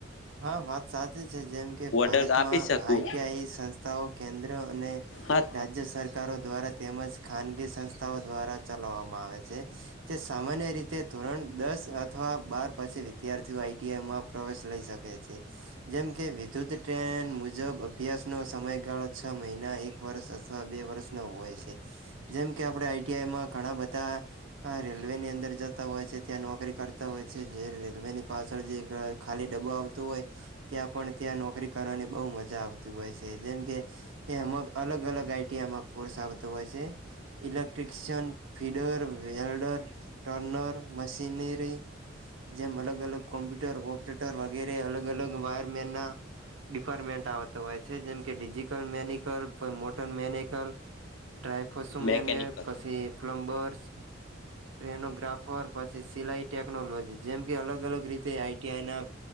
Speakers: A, on the right; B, on the left.
A: હા વાત સાચી છે જેમ કે
B: ઓર્ડર
A: ભારતમાં
B: આપી શકું
A: આઈટીઆઈ સંસ્થાઓ કેન્દ્ર અને
B: હા
A: રાજ્ય સરકારો દ્વારા તેમજ ખાનગી સંસ્થાઓ દ્વારા ચલાવવામાં આવે છે તે સામાન્ય એ રીતે ધોરણ દસ અથવા બાર પછી વિદ્યાર્થીઓ આઈટીઆઈમાં પ્રવેશ લઈ શ કે છે જેમ કે વિદ્યુત ટ્રેન મુજબ અભ્યાસનો સમયગાળો છ મહિના એક વર્ષ અથવા બે વર્ષ નો હોય છે જેમ કે આપડે આઈઆઈમાં ઘણા બધા રેલ વે ની અંદર જતા હોય છે ત્યાં નોકરી કરતા હોય છે જે રેલવેની પાછળ જે ખાલી ડબ્બો આવ તો હોય ત્યાં પણ ત્યાં નોકરી કરવાની બહુ મજા આવતી હોય છે જેમકે એમ અલગ અલગ આઈટીઆમાં કોર્સ આવતો હોય છે ઇલેક્ટ્રશિયન ફીડર વેડ ર, ટર્નર, મશીનરી.
B: <inaudible>
A: જેમ અલગ અલગ કોમ્પ્યુટર ઓપરેટર વગેરે અલગ અલગ વાયરમેન ના ડિપાર્ટમેન્ટ આવતો હોય છે જેમ કે ડિજટલ મેનિકલ કો મોટર મેનિકલ ડ્રાયફોસમેને
B: મેકેનિકલ
A: પછી પ્લમ્બર્સ. ટ્રેનોગ્રાફર પછી સિલાઈ ટેક્નોલોજી જેમ કે અલગ અલગ રીતે આઈટીઆઈના